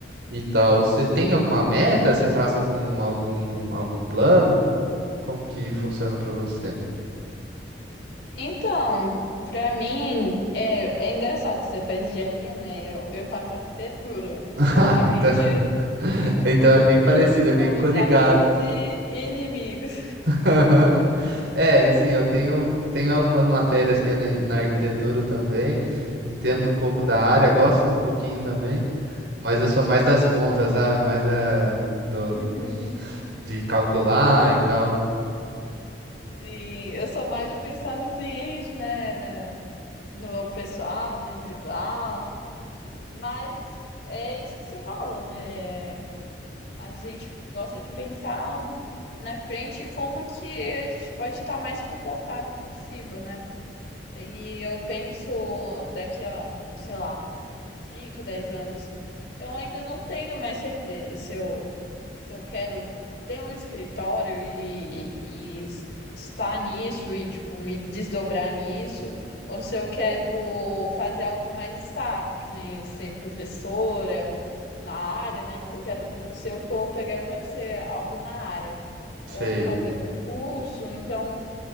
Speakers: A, on the right (about 75°); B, on the left (about 70°).
A: e tal. Você tem alguma meta? Você traça algum, algum, algum plano? Como que funciona para você?
B: Então, para mim, é, é engraçado, você faz engenharia, né? Eu, eu faço arquitetura.
A: Ah,
B: Basicamente,
A: então, <laughs> então é bem parecido, é bem
B: somos
A: coligado.
B: amigos e inimigos.
A: <laughs> Aham. É, assim, eu tenho, tenho algumas matérias que é na, na arquitetura também, entendo um pouco da área, gosto um pouquinho também, mas eu sou mais das contas, sabe? Mais da, do,
B: <laughs>
A: de calcular e tal.
B: Sim, eu sou mais de pensar no cliente, né? né, No pessoal, no individual. Mas é isso que você falou, né? A gente gosta de pensar um- na frente como que a gente pode estar mais confortável possível, né? E eu penso daqui a, sei lá. 5, 10 anos. Eu ainda não tenho mais certeza se eu, se eu quero ter um escritório e, e estar nisso e, tipo, me desdobrar nisso, ou se eu quero fazer algo mais estável, que nem ser professora na área, né? Porque eu quero, se eu for pegar, eu quero ser algo na área,
A: Sei,
B: ou fazer concurso, então.